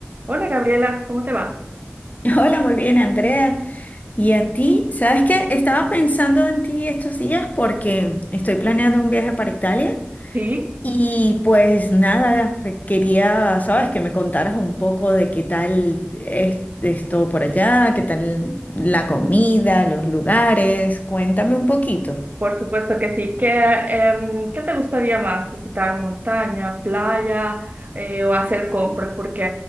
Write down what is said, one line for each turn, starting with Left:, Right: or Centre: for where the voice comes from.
Right: Hola Gabriela, ¿cómo te va?
Left: <laughs> Hola, muy bien, Andrea. ¿Y a ti? ¿Sabes qué? Estaba pensando en ti estos días porque estoy planeando un viaje para Italia
Right: Sí,
Left: y pues nada, quería, sabes, que me contaras un poco de qué tal es esto por allá, qué tal la comida, los lugares. Cuéntame un poquito.
Right: por supuesto que sí. ¿Qué, em, qué te gustaría más? ¿Visitar montaña, playa eh, o hacer compras? Porque